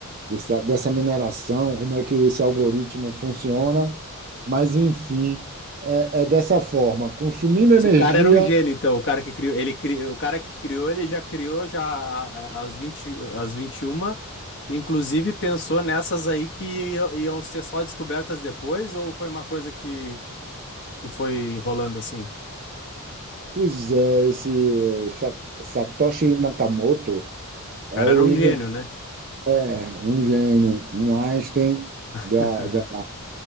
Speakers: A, on the right; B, on the left.
A: dessa, dessa mineração, como é que esse algoritmo funciona, mas enfim. É, é dessa forma, consumindo energia
B: O cara era um gênio, então, o cara que criou, ele criou, o cara que criou, ele já criou já a- a- aos 20 às 21 inclusive pensou nessas aí que ia- iam ser só descobertas depois, ou foi uma coisa que, que foi rolando assim?
A: Pois é, esse Sa- Satoshi Nakamoto
B: O
A: é
B: cara
A: o
B: era um
A: inven-
B: gênio, né?
A: é um gênio, um Einstein
B: <laughs>
A: da, da,